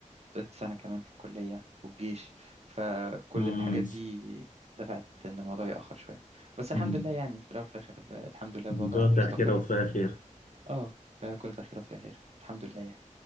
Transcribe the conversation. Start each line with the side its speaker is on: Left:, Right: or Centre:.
Right: قضيت سنة كمان في الكلية والجيش فكل
Left: مم.
Right: الحاجات دي دفعت إن الموضوع يأخر شوية بس الحمد
Left: مم.
Right: لله يعني في الأول وفي الآخر الحمد لله الوضع
Left: من كل
Right: مستقر
Left: خير وفيها خير
Right: اه فكل خير وفي خير الحمد لله يعني